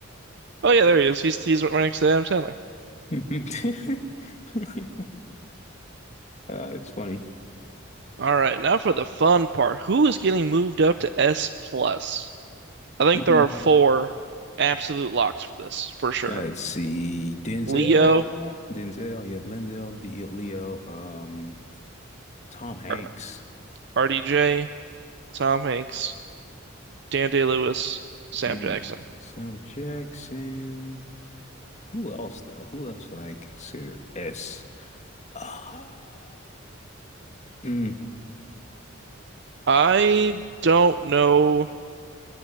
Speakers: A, on the right; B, on the left.
A: Oh yeah, there he is. He's he's right next to Adam Sandler.
B: <laughs> Uh, it's funny.
A: All right, now for the fun part. Who is getting moved up to S plus? I think
B: Mhm.
A: there are four absolute locks for this, for sure.
B: Let's see. Denzel.
A: Leo,
B: Denzel, yeah, Lindell, D Leo, um, Tom Hanks,
A: R- RDJ, Tom Hanks, Dan Day-Lewis, Sam
B: mm,
A: Jackson.
B: Sam Jackson. Who else though? Who else would I consider S? Uh, mm,
A: I don't know.